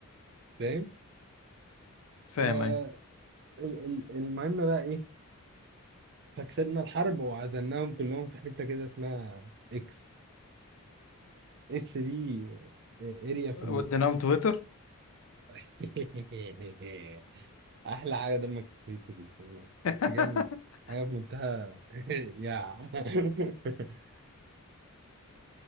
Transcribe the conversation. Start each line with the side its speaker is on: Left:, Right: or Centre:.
Right: فاهم
Left: فاهم
Right: آه
Left: اي
Right: ال- ال- المهم بقى إيه فكسبنا الحرب وعزلناهم كلهم في حتة كده اسمها إكس إكس دي اريا في
Left: وديناهم تويتر
Right: <laughs> احلى حاجه دمك خفيف دي والله
Left: <laughs>
Right: حاجه يعني حاجه في منتهى <laughs> يا <laughs>